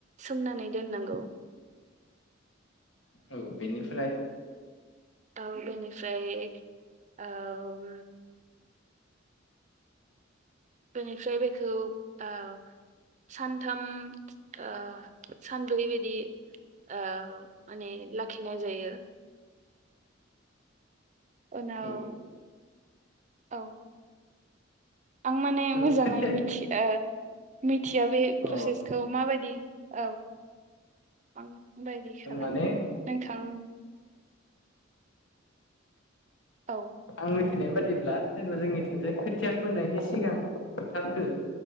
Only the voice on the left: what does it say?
औ बेनिफ्राय
औ
आरो
खोथिया
अ
माने
आं मिथिनाय बादिब्ला जेनबा जोंनिथिंजाय खोथिया फोनायनि सिगां फोथारखो